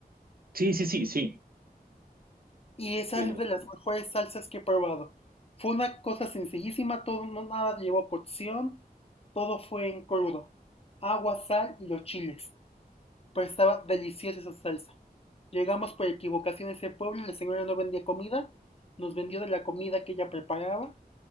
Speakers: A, on the right; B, on the left.
A: Sí, sí, sí, sí.
B: y esa
A: Sí,
B: es de las mejores salsas que he probado. Fue una cosa sencillísima, todo no nada llevó cocción, todo fue en crudo. Agua, sal y los chiles. pero estaba deliciosa esa salsa. Llegamos por equivocación a ese pueblo, la señora no vendía comida, nos vendió de la comida que ella preparaba,